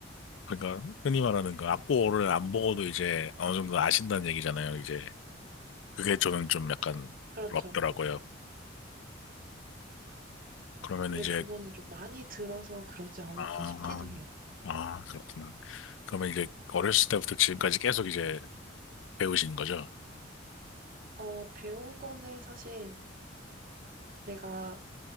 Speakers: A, on the left (about 75°); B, on the right (about 45°).
A: 그러니까 흔히 말하는 그 악보를 안 보고도 이제 어느 정도 아신다는 얘기잖아요. 이제 그게 저는 좀 약간
B: 그렇죠.
A: 부럽더라고요. 그러면
B: 근데
A: 이제
B: 그거는 좀 많이 들어서 그러지 않을까
A: 아,
B: 싶기도 해요.
A: 아 그렇구나. 그러면 이제 어렸을 때부터 지금까지 계속 이제 배우신 거죠?
B: 어, 배운 거는 사실 내가